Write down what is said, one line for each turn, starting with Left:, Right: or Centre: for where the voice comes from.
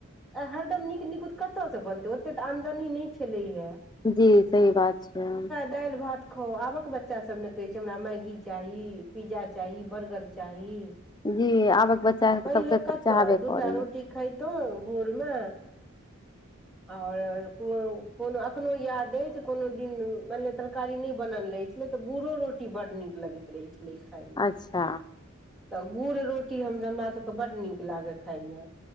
Centre: हरदम नीक निकुत कतयसँ बनतै ओतेक तऽ आमदनी नहि छलै हे
Left: जी सही बात छै
Centre: दालि भात खाउ आबक बच्चासभ ने कहैत छै हमरा मैगी चाही पिज्जा चाही बर्गर चाही
Left: जी आबक बच्चा
Centre: आ पहिले
Left: सबके तऽ
Centre: कतहु
Left: चाहबे
Centre: दूटा
Left: करैय
Centre: रोटी खाय तू बुरमे आओर को कोनो कखनो याद अछि जे कोनो दिन मान तरकारी नहि बनल रहै छलै तऽ गुड़ो रोटी बड न लग छल छलै खायमे
Left: अच्छा
Centre: तऽ गुड़ रोटी हम हमरा सभके बड्ड नीक लागै खाायमे